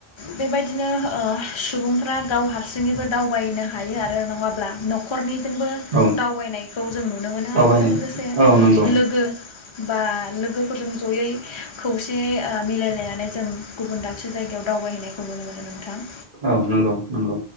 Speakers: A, on the left; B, on the right.
A: बेबायदिनो ओ सुबुंफ्रा गाव हारसिङैबो दावबायनो हायो आरो नङाब्ला नखरनि जोंबो
B: औ
A: दावबायनायखौ जों नु मोनो
B: दावबायनाय
A: आरो बेजों लोगोसे
B: औ नंगौ
A: लोगो बा लोगोफोरजों जयै खौसेयै ओ मिलायलायनानै जों गुबुन दाबसे जायगायाव दावबायहैनायखौ नुनो मोनो नोंथां।
B: औ नोंगौ नोंगौ।